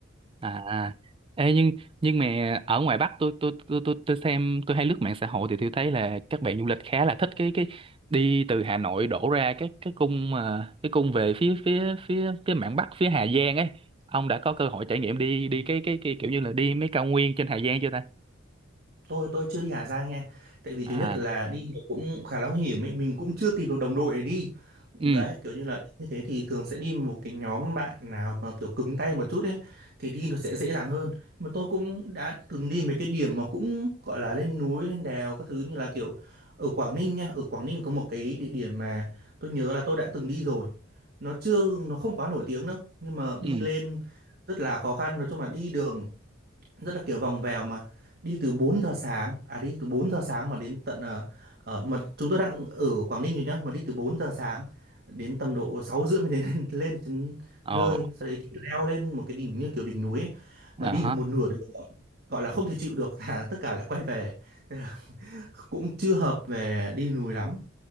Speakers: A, on the right; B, on the right.
A: À, à. ê, nhưng nhưng mà ở ngoài Bắc tôi tôi tôi tôi tôi xem tôi hay lướt mạng xã hội thì tôi thấy là các bạn du lịch khá là thích cái cái đi từ Hà Nội đổ ra cái cái cung mà cái cung về phía phía phía phía mạn Bắc phía Hà Giang ấy. Ông đã có cơ hội trải nghiệm đi đi cái cái, cái kiểu như là đi mấy cao nguyên trên Hà Giang chưa ta?
B: tôi tôi chưa đi Hà Giang nha tại vì thứ
A: À,
B: nhất là Ừ. đi nó cũng khá là nguy hiểm ấy mình cũng chưa tìm được đồng đội để đi
A: ừ,
B: đấy kiểu như là đi như thế thì thường sẽ đi một cái nhóm bạn nào mà kiểu cứng tay một chút ấy thì đi nó sẽ dễ dàng hơn mà tôi cũng đã từng đi mấy cái điểm mà cũng gọi là lên núi lên đèo các thứ như là kiểu ở Quảng Ninh nha ở Quảng Ninh có một cái địa điểm mà tôi nhớ là tôi đã từng đi rồi nó chưa nó không quá nổi tiếng đâu nhưng mà
A: ừ.
B: đi lên rất là khó khăn nói chung là đi đường rất là kiểu vòng vèo mà đi từ bốn giờ sáng à đi từ 4 giờ sáng mà đến tận ờ, ờ, mà chúng tôi đang ở Quảng Ninh rồi nhá mà đi từ 4 giờ sáng đến tầm độ 6 rưỡi mới đến <laughs> lên đến
A: Ồ,
B: nơi sau đấy thì leo lên một cái đỉnh như kiểu đỉnh núi ấy.
A: à
B: mà đi
A: hả.
B: được một nửa đường gọi gọi là không thể chịu được thà tất cả lại quay về thế là <laughs> cũng chưa hợp về đi núi lắm